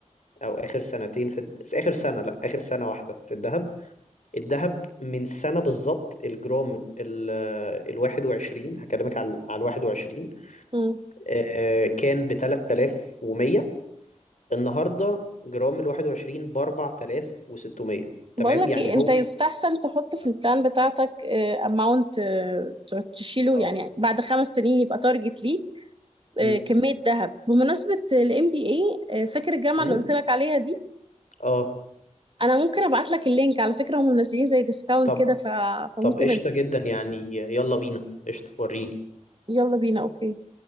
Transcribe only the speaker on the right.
امم
بقول لك
ايه
انت يستحسن تحط في
البلان بتاعتك اماونت تشيله
يعني بعد خمس سنين يبقى تارجت ليك آه،
كميه ذهب بمناسبه الام بي اي فاكر الجامعه
اللي قلت لك عليها دي
انا ممكن ابعت لك اللينك على فكرة هم منزلين زي ديسكاونت
كده ف... فممكن
أد...
يلا بينا اوكي